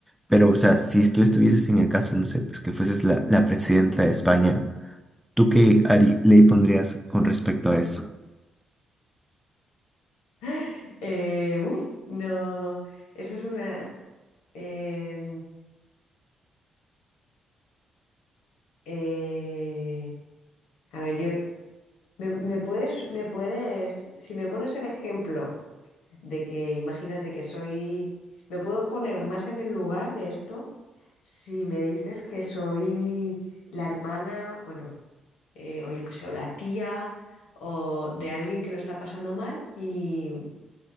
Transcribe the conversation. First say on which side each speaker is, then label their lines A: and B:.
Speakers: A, in the centre; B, on the left.
A: pero, o sea, si tú estuvieses en el caso, no sé, pues que fueses la, la presidenta de España, ¿tú qué Ari, ley pondrías con respecto a eso?
B: <laughs> Eh, uf, no, eso es una... eh, eh, a ver, yo... ¿Me, me puedes, me puedes, si me pones el ejemplo de que imagínate que soy, me puedo poner más en el lugar de esto si me dices que soy la hermana, bueno, eh, o yo qué sé, o la tía, o de alguien que lo está pasando mal y,